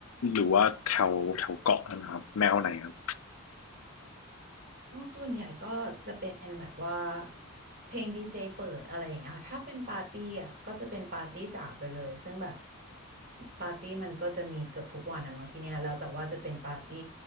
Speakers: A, on the left; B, on the right.
A: หรือว่าแถวแถวเกาะนะครับแนวไหนครับ
B: อ๋อส่วนใหญ่ก็จะเป็นแบบว่าเพลงดีเจเปิดอะไรอย่างเงี้ยค่ะถ้าเป็นปาร์ตี้อ่ะก็จะเป็นปาร์ตี้จ๋าไปเลยซึ่งแบบปาร์ตี้มันก็จะมีเกือบทุกวันอะเนาะที่เนี้ยแล้วแต่ว่าจะเป็นปาร์ตี้